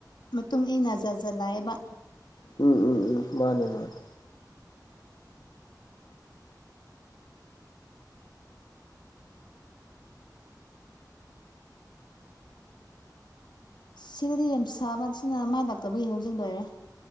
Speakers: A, on the left (about 85°); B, on the left (about 70°).
A: ꯃꯇꯨꯡ ꯏꯟꯅ ꯖꯥꯠ ꯖꯥ ꯂꯥꯛꯑꯦꯕ
B: ꯎꯝ ꯎꯝ ꯎꯝ ꯃꯥꯅꯦ ꯃꯥꯅꯦ
A: ꯁꯤꯗꯗꯤ ꯌꯥꯝ ꯁꯥꯕ ꯁꯤꯅ ꯃꯥꯏ ꯗꯥꯛꯇꯕꯨ ꯌꯦꯡꯍꯧ ꯖꯤꯡ ꯂꯣꯏꯔꯦ